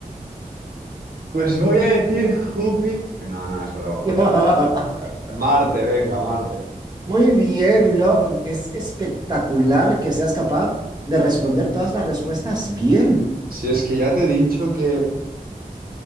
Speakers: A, on the right; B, on the right.
A: Pues voy a decir Júpiter. Que no, no, es broma.
B: <laughs>
A: Marte, venga, Marte.
B: Muy bien, ¿no? Es espectacular que seas capaz de responder todas las respuestas bien.
A: Si es que ya te he dicho que